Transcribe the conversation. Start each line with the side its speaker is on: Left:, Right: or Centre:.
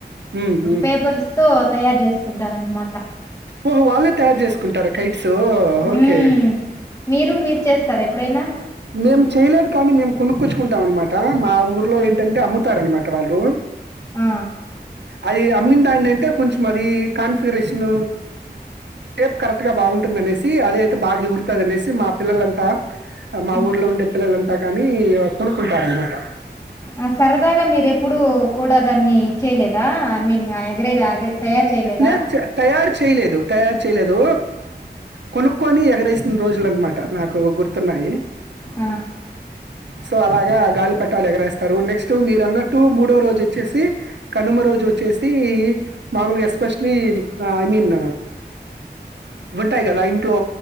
Right: హ్మ్. హ్మ్.
Left: పేపర్స్ తో తయ చేసు కుంటార అనమాట
Right: ఓహో వాళ్ళే తయారు చేసుకుంటారు కైట్స్
Left: హ్మ్
Right: ఓకే
Left: మీరు మీరు చేస్తారా ఎప్పుడైనా
Right: మేము చేయలేదు కానీ మేం కొనుక్కచ్చుకుంటాం అనమాట మా ఊర్లో
Left: ఆ
Right: ఏంటంటే అమ్ముతారనమాట వాళ్ళు
Left: ఆ
Right: అది అమ్మందాని అంటే కొంచెం అది కాన్ఫిగరేషన్ షప్ కరెక్ట్ బాగుంటుంద అనేసి అది అయితే బాగా ఎగురుతుందినేసి మా పిల్లలంతా మా
Left: హ్మ్.
Right: ఊర్లో ఉండే పిల్లలంతా కానీ కొనుక్కుంటార అనమాట
Left: ఆ సరదాగా మీరు ఎప్పుడు కూడా దాన్ని ఇచ్చేయలేదా ఐ మీన్ ఆ ఎగరే అదే తయారు చేయలేదా
Right: లేదు తయారు చేయలేదు తయారు చేయలేదు కొనుక్కొని ఎగరేసిన రోజులు అనమాట నాకు గుర్తున్నాయి
Left: ఆ
Right: సో అలాగా గాలి పట్ ట్ట ఎగరేస్తారు నెక్స్ట్ మీరు అన్నట్టు మూడో రోజు వచ్చేసి కనుమ రోజు వచ్చేసి మామూలుగా ఎస్పెషలీ ఐ మీన్ ఉంటాయి కదా ఇంట్లో